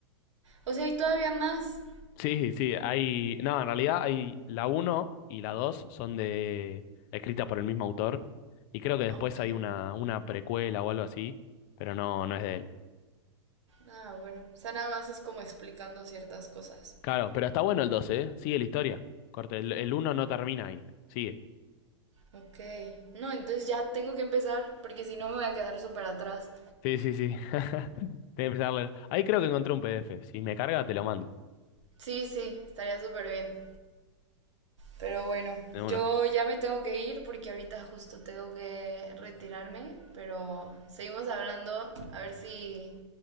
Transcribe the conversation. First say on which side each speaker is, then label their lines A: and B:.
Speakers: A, on the right; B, on the left.
A: O sea, y todavía más.
B: Sí, sí, hay, no, en realidad hay la uno y la 2 son de escrita por el mismo autor y creo que después
A: Ok.
B: hay una una precuela o algo así, pero no no es de él.
A: Ah, bueno. O sea, nada más es como explicando ciertas cosas.
B: Claro, pero está bueno el 2, ¿eh? Sigue la historia. Corte, el, el 1 no termina ahí. Sigue.
A: Ok. No, entonces ya tengo que empezar, porque si no me voy a quedar súper atrás.
B: Sí, sí, sí. <laughs> Tengo que empezar a leer. Ahí creo que encontré un PDF. Si me carga, te lo mando.
A: Sí, sí, estaría súper bien. Pero bueno,
B: De una.
A: yo ya me tengo que ir porque ahorita justo tengo que retirarme, pero seguimos hablando a ver si,